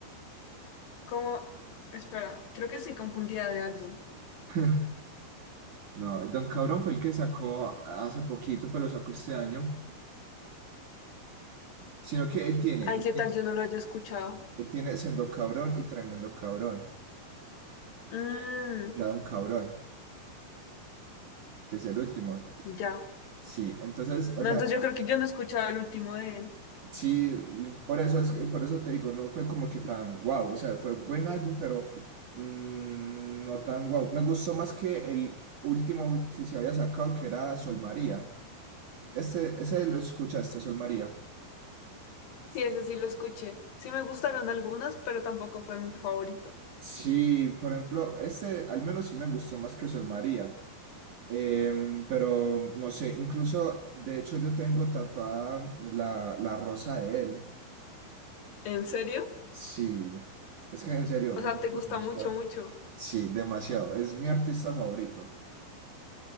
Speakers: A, on the left; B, on the right.
A: ¿Cómo? Espera, creo que sí confundida de álbum.
B: <laughs> No, Don Cabrón fue el que sacó hace poquito, pero lo sacó este año. Sino que él tiene,
A: Ay,
B: él
A: ¿qué
B: ti-
A: tal yo no lo haya escuchado?
B: él tiene Sendo Cabrón y Tremendo Cabrón.
A: Mmm,
B: y Ya Don Cabrón, que es el último.
A: ya.
B: Sí, entonces, o
A: No,
B: sea,
A: entonces yo creo que yo no he escuchado el último de él.
B: sí, y por eso, es, por eso te digo, no fue como que tan guau. o sea, fue buen álbum, pero mm, no tan guau. Me gustó más que el último que se había sacado, que era Sol María. Este, ese lo escuchaste, Sol María.
A: Sí, ese sí lo escuché. Sí me gustaron algunas, pero tampoco fue mi favorito.
B: Sí, por ejemplo, este al menos sí me gustó más que Sol María, Em, pero no sé, incluso de hecho yo tengo tatuada la, la rosa de él.
A: ¿En serio?
B: Sí, es que en serio,
A: O
B: me
A: sea,
B: gusta
A: te gusta
B: demasiado.
A: mucho, mucho.
B: Sí, demasiado, es mi artista favorito.